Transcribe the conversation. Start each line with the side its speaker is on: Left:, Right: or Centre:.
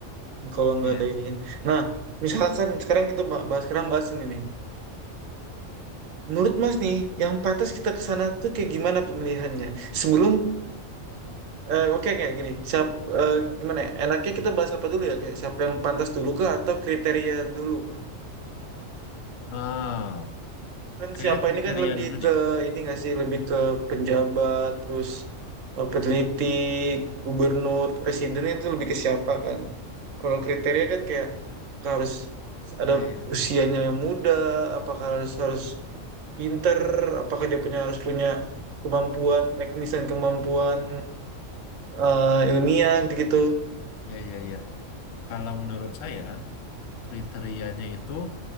Right: kalau nggak
Left: Iya.
Right: ada ininya. Nah, misalkan sekarang kita bah- bahas sekarang bahas ini nih. Menurut Mas nih, yang pantas kita ke sana tuh kayak gimana pemilihannya? Sebelum eh, oke kayak gini, siap eh, gimana ya? Enaknya kita bahas apa dulu ya? Kayak siapa yang pantas dulu kah atau kriteria dulu kah?
Left: Oh,
Right: Kan
Left: kayaknya
Right: siapa
Left: kriteria
Right: ini kan lebih
Left: dulu
Right: ke
Left: deh.
Right: ini nggak sih, lebih ke penjabat, terus eh, peneliti, gubernur, presiden itu lebih ke siapa kan? Kalau kriteria kan kayak harus ada
Left: Iya, iya,
Right: usianya yang muda, apakah harus harus pinter, apakah dia punya harus punya kemampuan teknis dan kemampuan eh, ilmiah gitu-gitu.
Left: iya, iya, iya. Kalau menurut saya kriterianya itu